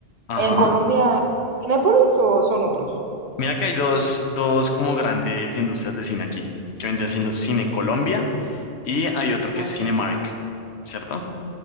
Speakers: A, on the left; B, on the right.
A: ajá.
B: ¿En Colombia es Cinépolis o son otros?
A: Mira que hay dos, dos como grandes industrias de cine aquí, que vendría siendo Cine
B: ujú.
A: Colombia y hay otro que
B: Okay.
A: es Cinemark, ¿cierto?